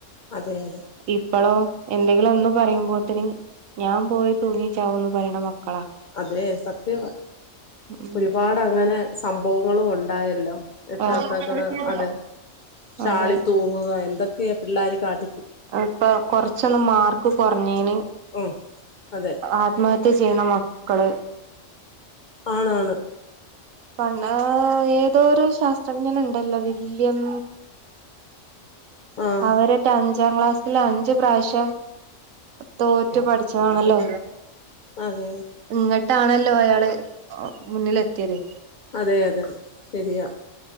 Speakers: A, on the left (about 55°); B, on the right (about 80°).
A: അതെ അതെ
B: ഇപ്പോളോ എന്തെങ്കിലും ഒന്ന് പറയുമ്പോത്തന് ഞാൻ പോയി തൂങ്ങിചാവുന്നു പറയണ മക്കളാ.
A: അതെ സത്യ
B: ഉം
A: ഒരുപാട് അങ്ങനെ സംഭവങ്ങളും ഉണ്ടായല്ലോ? രക്ഷകർതാക്കള്
B: ആഹ്
A: അതെ ഷാളി
B: അതെ
A: തൂങ്ങുക എന്തൊക്കെയാ പിള്ളാര് കാട്ട
B: ഇപ്പൊ കൊറച്ചൊന്ന് മാർക്ക് കുറഞ്ഞേന്
A: ഉം അതെ
B: ആത്മഹത്യ ചെയ്യണ മക്കള്
A: ആണാണ്
B: പ ഏതോരു ശാസ്ത്രജ്ഞനണ്ടല്ലോ വില്യം
A: ആഹ്
B: അവരറ്റ അഞ്ചാം ക്ലാസ്സിൽ അഞ്ച് പ്രാവശ്യം തോറ്റ് പഠിച്ചതാണല്ലോ
A: അതെ
B: എന്നിട്ടാണല്ലോ അയാള് മുന്നിലെ ത്തിയത്
A: അതെ അതെ ശരിയാ.